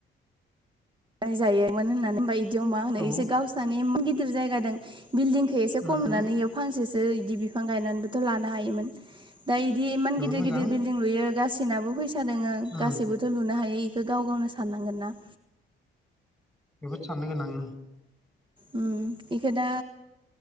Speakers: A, on the right (about 25°); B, in the centre.
A: नै जायो मोन होननानै होनबाय दियाव मा होनो
B: औ
A: एसे गावसानि <unintelligible> गिदिर जायगा दं बिल्डिंखौ एसे
B: उम
A: खमनानै
B: उम
A: इयाव फांसेसो इदि बि फां गायनानैबोथ' लानो हायोमोन। दा इदि इमान
B: जोबोद
A: गिदिर
B: मोजां
A: गिदिर बिल्डिं लुयो गासिनाबो फैसा दङो
B: उम
A: गासैबोथ' लुनो हायो बेखौ गाव गावनो साननांगोन ना
B: जोबोद साननो गोनां ओम
A: उम इखौ दा